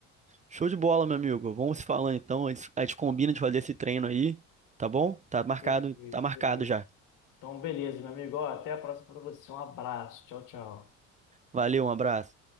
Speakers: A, on the right; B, on the left.
A: Show de bola, meu amigo. Vamos se falando então. A gente a gente combina de fazer esse treino aí, tá bom? Tá marcado,
B: Perfeito,
A: tá marcado
B: perfeito.
A: já.
B: Então, beleza, meu amigo. Ó, até a próxima para você. Um abraço. Tchau, tchau.
A: Valeu, um abraço.